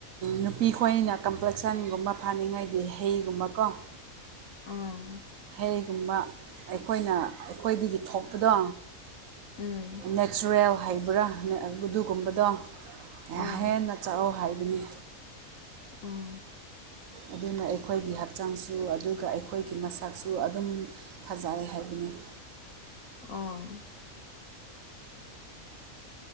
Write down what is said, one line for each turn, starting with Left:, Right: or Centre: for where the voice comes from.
Right: ꯅꯨꯄꯤ ꯈꯣꯏꯅ ꯀꯝꯄ꯭ꯂꯦꯛꯁꯟꯒꯨꯝꯕ ꯐꯥꯅꯤꯡꯉꯩꯗꯤ ꯍꯩꯒꯨꯝꯕꯀꯣ
Left: ꯑꯥ
Right: ꯀꯩꯒꯨꯝꯕ ꯑꯩꯈꯣꯏꯅ ꯑꯩꯈꯣꯏꯗꯒꯤ ꯊꯣꯛꯄꯗꯣ
Left: ꯎꯝ
Right: ꯅꯦꯆꯔꯦꯜ ꯍꯩꯕ꯭ꯔꯥ ꯑꯗꯨꯒꯨꯝꯕꯗꯣ
Left: ꯑꯥ
Right: ꯍꯦꯟꯅ ꯆꯥꯛꯑꯣ ꯍꯥꯏꯕꯅꯤ
Left: ꯎꯝ
Right: ꯑꯗꯨꯅ ꯑꯩꯈꯣꯏꯒꯤ ꯍꯛꯆꯥꯡꯁꯨ ꯑꯗꯨꯒ ꯑꯩꯈꯣꯏꯒꯤ ꯃꯁꯥꯛꯁꯨ ꯑꯗꯨꯝ ꯐꯖꯩ ꯍꯥꯏꯕꯅꯤ
Left: ꯑꯥ